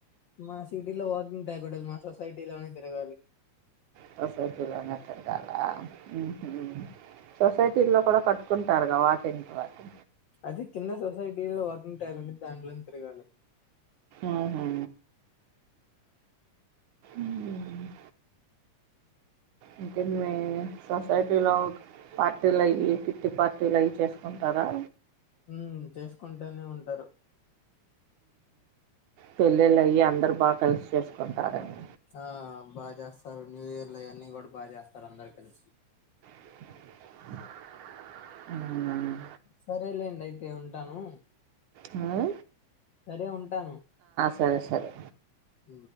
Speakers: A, on the left; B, on the right.
A: మా సిటీలో వాకింగ్ ట్రాక్ ఊడదు మా సొసైటీలోనే తిరగాలి
B: సొసైటీ లోనే తిరగాల మ్మ్ హు సొ సైటీల్లో కూడా కట్టుకుంటారు కద వాకింగ్ ట్రాకు
A: అది కింద సొసైటీలో వాకింగ్ ట్రాక్ ఉంది దాంట్లోని తిరగాలి
B: ఆహా మ్మ్ హ్మ్ ఇంకేం మే సొసైటీలో పార్టీలయ్యి కిట్టి పార్టీలు అవి చేసుకుంటారా.
A: ఉ చేసుకుంటేనే ఉంటారు
B: పెళ్ళిళ్ళు అయి అందరు బాగా కలిసి చేసుకుంటారుని
A: ఆ బాగా చేస్తారు న్యూ ఇయర్ లోవన్నీడు బాగా చేస్తారు అందరు కలిసి
B: అ
A: సరేలేండి అయితే ఉంటాను
B: హా
A: సరే ఉంటాను
B: సరే సరే
A: ఉ